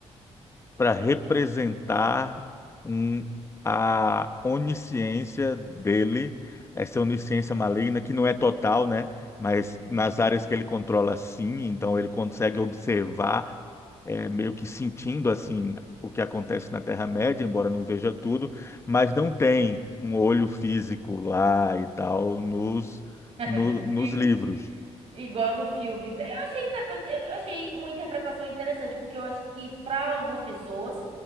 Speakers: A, on the left; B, on the right.
A: para representar um, a onisciência dele, essa onisciência maligna, que não é total, né? Mas
B: uhum.
A: nas áreas que ele controla, sim, então ele consegue observar, é, meio que sentindo assim o que acontece na Terra-média, embora não veja tudo, mas não tem um olho físico lá e tal nos,
B: <laughs>
A: no- nos
B: E
A: livros.
B: Igual no filme. Eu achei, tá- tá- eu achei uma interpretação interessante, porque eu acho que para algumas pessoas